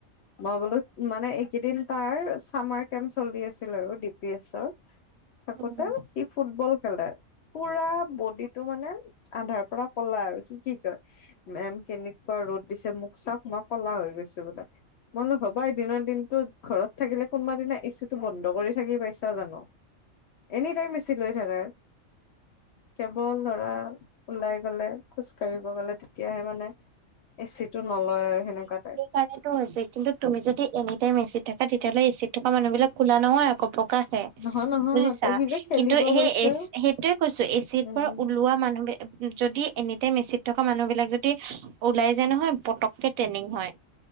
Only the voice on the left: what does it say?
মই বোলো মানে এইকেইদিন তাৰ চামাৰ কেম্প চলি আছিল আৰু ডি পি এছৰ। থাকোতে
সি ফুটবল খেলে। পুৰা বডিটো মানে আন্ধাৰ পৰা কলা আৰু। কি কি কয়! মেম কেনেকুৱা ৰ'দ দিছে মোক চাওক মই কলা হৈ গৈছো বোলে। মই বোলো হ'বাই, দিনৰ দিনতো ঘৰত থাকিলে কোনোবা দিনা এচিটো বন্ধ কৰি থাকি পাইছা জানো? এনি টাইম এচি লৈ থাকে! কেৱল ধৰা ওলাই গলে খোজকাঢ়িব গলে তেতিয়াহে মানে, এচি টো নলয় আৰু সেনেকুৱা টাইপ।
নহয় নহয়
তাই সি যে খেলিব
গৈছে
উম